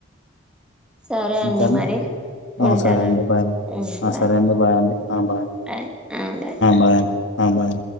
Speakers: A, in the centre; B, on the left (about 65°).
A: సరే అండి
B: ఇంకాండి
A: మరి ఉంటానండి
B: సరే అండి బాయ
A: ఉమ్ బాయ్
B: సరే అండి బాగాండి బాగుడి
A: బాయ్ ఆ బాయ్
B: బాగాడి ఆ బాయ్